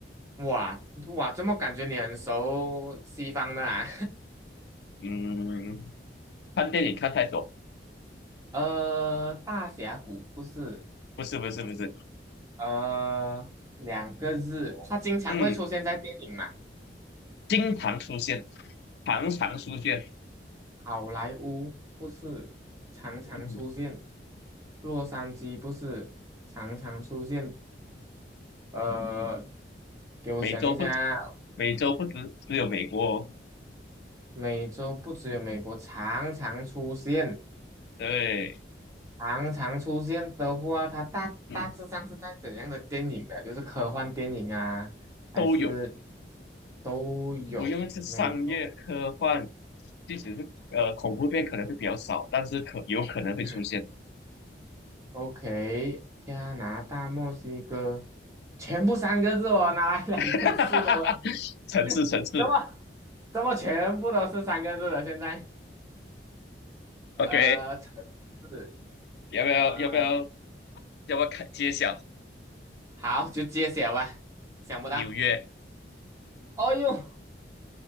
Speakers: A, on the right; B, on the left.
A: 哇哇，怎么感觉你很熟西方的啊？
B: 嗯，看电影看太多，
A: <laughs> 呃，大峡谷不是，
B: 不是，不是，不是，
A: 呃，两个字，它经常会出现在电影嘛，
B: 嗯，经常出现，常常出现，
A: 好莱坞不是，常常出现，
B: 嗯，
A: 洛杉矶不是，常常出现，呃，给我想一下，
B: 美洲不，美洲不只只有美国哦，
A: 美洲不只有美国常常出现，
B: 对，
A: 常常出现的话，它大大致上是在怎样的电影的？
B: 嗯
A: 就是科幻电影啊，还是
B: 都有，
A: 都有美洲？
B: 我用的是商业科幻，即使是呃恐怖片可能会比较少，但是可有可能会出现。
A: 嗯，OK，加拿大、墨西哥，全部三个字哦，哪来两个字的喂？
B: <laughs> 哈哈哈哈城市，
A: <laughs>
B: 城市
A: 怎么怎么全部都是三个字的？现在呃，
B: o k
A: 城市
B: 要不要要不要
A: 呃，
B: 要不要看揭晓
A: 好，就揭晓吧，想不到。
B: 纽约？
A: 哦呦，